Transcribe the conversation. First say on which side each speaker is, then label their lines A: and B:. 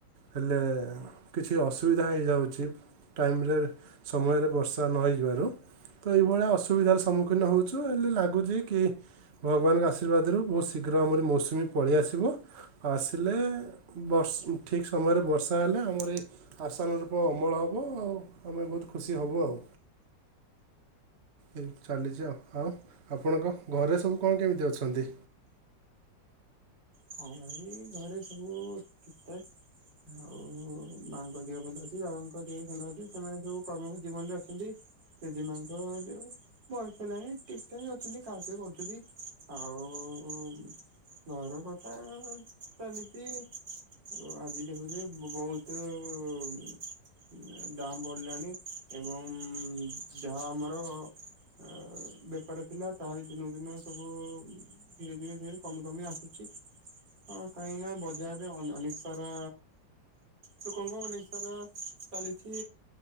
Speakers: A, on the right (about 40°); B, on the right (about 80°).
A: ହେଲେ କିଛି ଅସୁବିଧା ହେଇଯାଉଛି ଟାଇମ ରେ- ସମୟରେ ବର୍ଷା ନହଇଯିବାରୁ ତ ଏଇଭଳିଆ ଅସୁବିଧାର ସମ୍ମୁଖୀନ ହଉଛୁ ହେଲେ ଲାଗୁଛି କି ଭଗବାନଙ୍କ ଆଶୀର୍ବାଦରୁ ବହୁତ ଶୀଘ୍ର ଆମର ମୌସୁମୀ ପଳେଇଆସିବ। ଆସିଲେ ବର୍ଷ ଠିକ୍ ସମୟରେ ବର୍ଷା ହେଲେ ଆମର ଏଇ, ଆଶାନୁରୂପ ଅମଳ ହବ ଆଉ ଆମେ ବହୁତ ଖୁସି ହବୁ ଆଉ। ଏଇ ଚାଲିଛି ଆଉ, ଆଉ ଆପଣଙ୍କ ଘରେ ସବୁ କଣ କେମିତି ଅଛନ୍ତି?
B: ହଁ ଭାଇ ଘରେ ସବୁ ଠିକଠାକ୍, ହଉ ମାଆଙ୍କ ଦେହ ଭଲ ଅଛି ବାବାଙ୍କ ଦେହ ବି ଭଲ ଅଛି ସେମାନେ ସବୁ କର୍ମମୟ ଜୀବନ ରେ ଅଛନ୍ତି। ଜେଜେମାଆଙ୍କ ଦେହ ବୟସ ହେଲାଣି ଠିକ୍ ଠାକ୍ ଅଛନ୍ତି ଖାଆ ପିଅ କରୁଛନ୍ତି। ଆଉ ଘର କଥା ଚାଲିଛି, ଆଉ ଆଜି ଦେଖୁଥିବେ ବହୁତ <unintelligible> ଦାମ୍ ବଢିଲାଣି ଏବଂ ଯାହା ଆମର ଅ ବେପାର ଥିଲା ତାହା ବି ଦିନକୁ ଦିନକୁ ସବୁ ଧୀରେ ଧୀରେ ଧୀରେ କମି କମି ଆସୁଛି ଅ କାହିଁକି ନା ବଜାରରେ ଅନ ଅନେକ ସାରା ଲୋକଙ୍କ ଅନେକ ସାରା ଚାଲିଛି।